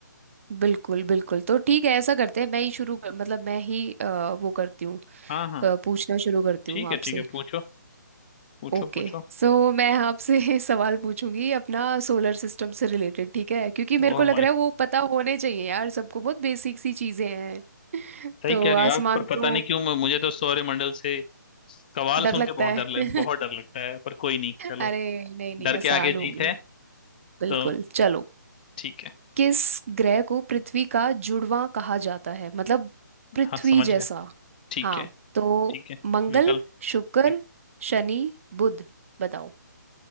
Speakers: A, on the right; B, on the left.
A: बिल्कुल बिल्कुल तो ठीक है ऐसा करते हैं मैं ही शुरू कर, मतलब मैं ही अ, वो करती हूँ
B: हाँ हाँ
A: अ, पूछना शुरू करती हूँ
B: ठीक है
A: आपसे
B: ठीक है पूछो पूछो
A: ओके
B: पूछो
A: सो मैं आपसे <laughs> सवाल पूछूंगी अपना सोलर सिस्टम से रिलेटेड ठीक है क्योंकि मेरे
B: ओ
A: को लग
B: माय
A: रहा है वो पता होने चाहिए यार सबको बहुत बेसिक सी चीजें हैं <laughs>
B: सही
A: तो
B: कह रहे
A: आसमान
B: हो आप पर
A: तो
B: पता नहीं क्यों मुझे तो सौरमंडल से सवाल
A: डर
B: सुन
A: लगता
B: के बहुत
A: है
B: डर लग
A: <laughs>
B: बहुत डर लगता है पर कोई नहीं चलो
A: अरे नहीं नहीं
B: डर
A: आसान
B: के आगे
A: होंगी
B: जीत है
A: बिल्कुल
B: तो
A: चलो
B: ठीक है
A: किस ग्रह को पृथ्वी का जुड़वां कहा जाता है मतलब पृथ्वी
B: हाँ समझ
A: जैसा
B: गया ठीक
A: हाँ
B: है
A: तो
B: ठीक है
A: मंगल
B: विकल्प
A: शुक्र
B: ठीक
A: शनि बुध बताओ